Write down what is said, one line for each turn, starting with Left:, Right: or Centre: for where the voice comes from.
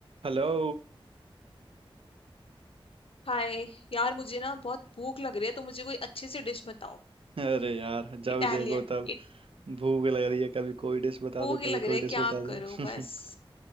Right: हेलो
Left: हाय यार मुझे ना बहुत भूख लग रही है तो मुझे कोई अच्छी सी डिश बताओ
Right: अरे यार जब
Left: इटालियन
Right: देखो तब
Left: इट
Right: भूख लग रही है कभी कोई डिश बता
Left: भूख
Right: दो
Left: ही
Right: कभी
Left: लग रही
Right: कोई
Left: है
Right: डिश
Left: क्या
Right: बता दो
Left: करूं बस
Right: <laughs>